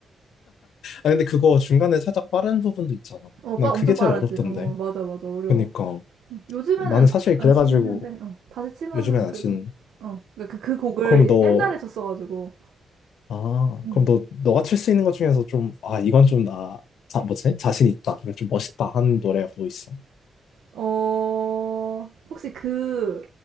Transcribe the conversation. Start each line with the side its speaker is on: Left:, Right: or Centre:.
Left: 아 근데 그거 중간에 살짝 빠른 부분도 있잖아.
Right: 어,
Left: 난
Right: 빠 엄청
Left: 그게
Right: 빠르지.
Left: 제일 어렵던데.
Right: 어, 맞아, 맞아. 어려워.
Left: 그러니까
Right: 요즘에는
Left: 나는 사실
Right: 안
Left: 그래가지고
Right: 치긴 했는데, 어, 다시 치면은
Left: 요즘엔 안
Right: 그래도,
Left: 친.
Right: 어, 그러니까 그, 그 곡을
Left: 그럼 너
Right: 옛날에 쳤어가지고,
Left: 아,
Right: 음.
Left: 그럼 너 너가 칠 수 있는 것 중에서 좀 아, 이건 좀 나 자, 뭐지? 자신 있다. 이건 좀 멋있다 하는 노래가 뭐 있어?
Right: 어, 혹시 그